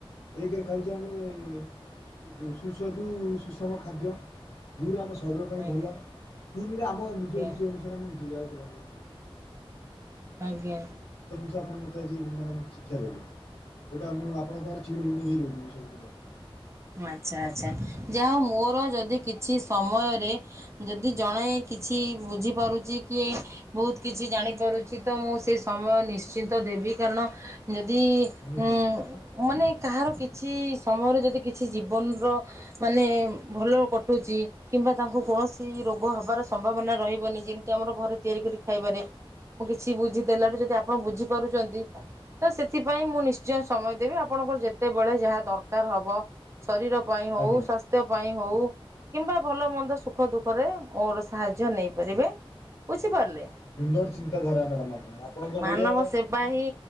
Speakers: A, on the left; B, on the right.
A: ଏକେରେ ଖାଉ ସୁ ସୁସ୍ୱାଦୁ ସୁଷମ ଖାଦ୍ୟ ଦୁଇ ରେ ଆମେ। ଶରୀର ପାଇଁ
B: ଆଜ୍ଞା
A: ଭଲ ତିନି ରେ ଆମ
B: ଆଜ୍ଞା
A: ନିଜ ରୁଚି ଅନୁସାରେ ଆମେ ନିଜେ ଯାହାକୁ କରିବା।
B: ଆଜ୍ଞା।
A: ଆପଣ ମତେ ଆଜି ମ୍ୟାଡ଼ାମ ଶିକ୍ଷା ଦେଲେ। ସେଇଟା ମୁଁ ଆପଣଙ୍କର ଚିର ଋଣି ହେଇ ରହିିଯିବି ସବୁଦିନ ପାଇଁ।
B: ଆଚ୍ଛା ଆଚ୍ଛା। ଯାହା ହଉ ମୋର ଯଦି କିଛି ସମୟରେ ଯଦି ଜଣେ କିଛି ବୁଝିପାରୁଚି। କିଏ ବହୁତ କିଛି ଜାଣିପାରୁଚି ତ ମୁଁ ସେ ସମୟ ନିଶ୍ଚିନ୍ତ ଦେବି କାରଣ ନି ଯି
A: ନିହାତି
B: ଅଁ
A: ନିହାତି।
B: ମାନେ କାହାର କିଛି ସମୟରେ ଯଦି କି କିଛି ଜୀବନର ମାନେ ଭଲ କଟୁଛି କିମ୍ବା ତାଙ୍କୁ କୌଣସି ରୋଗ ହବାର ସ ସମ୍ଭାବନା ରହିବନି ଯେମିତି ଆମର ଘରେ ତିଆରି କରି ଖାଇବାରେ। ମୁଁ କିଛି ବୁଝି ଦେଲାରୁୁ ଯଦି ଆପଣ ବୁଝିପାରୁଛନ୍ତି ତ ସେଥିପାଇଁ ମୁଁ ନିଶ୍ଚୟ ସମୟ ଦେବି ଆପଣ ଆପଣର ଯେତେବେଳେ ଯାହା ଦରକାର ହବ ଶରୀର ପାଇଁ ହଉ
A: ଆଜ୍ଞା
B: ସ୍ୱାସ୍ଥ୍ୟ ପାଇଁ ହଉ କିମ୍ବା ଭଲ ମନ୍ଦ ସୁଖ ଦୁଃଖରେ ମୋର ସାହାଯ୍ୟ ନେଇପାରିବେ ବୁଝିପାରିଲେ।
A: ସୁନ୍ଦର ଚିନ୍ତାଧାରା ମ୍ୟାଡ଼ାମ୍ ଆପଣ ଆପଣଙ୍କ
B: ମାନବ
A: ଭଳିଆ
B: ସେବା ହିଁ